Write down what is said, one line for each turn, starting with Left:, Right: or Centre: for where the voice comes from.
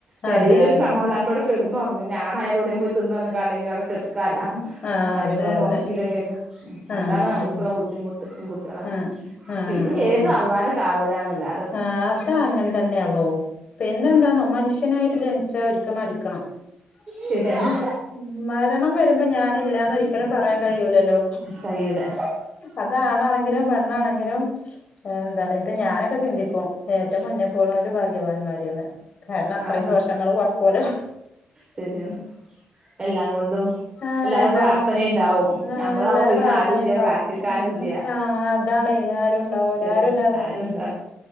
Right: പെരീലൊര്
Left: അതെ അതെ
Right: സമാധാനത്തോടെ- കെടന്നൊറങ്ങ ഞാനായാലെവടേലും പോയി തിന്ന് വന്ന്ങ്ങാണ്ടെങ്കിലും അവ്ടെ കെട്ക്കാലാ
Left: ആഹ്
Right: മര്ക്കള്
Left: അതെ
Right: നോ-
Left: അതെ
Right: എടങ്ങേറ്
Left: ആഹ്
Right: അതാണ് നമ്മക്ക്ള്ള
Left: ആഹ്
Right: ബുദ്ധിമുട്ട് കൂട്ട്യാളായ
Left: ആഹ് ആഹ്
Right: പിന്നെ
Left: ആഹ്
Right: ഏത് അള്ളാന- കാവലാണല്ലാ
Left: ആഹ് അതാഅങ്ങൻ തന്ന്യാണല്ലോ. പിന്നെന്താന്നോ മനുഷ്യനായിട്ട് ജനിച്ചാ ഒരിക്ക മരിക്കണം.
Right: ശരിയാണ്
Left: ഏ മരണം വരുമ്പോ ഞാനില്ലാന്ന് ഒരിക്കലും പറയാൻ കയ്യൂലല്ലോ
Right: കഴിയൂല
Left: അതാണാണെങ്കിലും പെണ്ണാണെങ്കിലും എന്താണ് ഇപ്പ ഞാനൊക്കെ ചിന്തിക്കും ഏറ്റവും മുന്നെപ്പോണോല് ഭാഗ്യവാന്മാര്ന്ന്. കാരണം അത്രയും
Right: ആഹ് ആഹ്
Left: ദോഷങ്ങള് കൊറക്കോലോ.
Right: ശരിയാണ് എല്ലാം കൊണ്ടും
Left: ആഹ്
Right: എല്ലാവരേം
Left: എല്ലാം
Right: പ്രാർത്ഥനേണ്ടാവും
Left: കൊണ്ടും ആഹ്
Right: നമ്മളാവുമ്പൊ
Left: എല്ലാരെ
Right: പിന്നെ
Left: പ്രാർത്ഥന
Right: ആരൂല്യ
Left: ഉണ്ടാവും
Right: പ്രാർ- ത്ഥിക്കാനൂല്ല്യ.
Left: ഉം ഉം ആഹ് അതാണേ ആരും ഉണ്ടാവൂല
Right: ശരിയ
Left: ആരും ഇല്ലാതെ
Right: ആരൂണ്ടാ-
Left: ഉം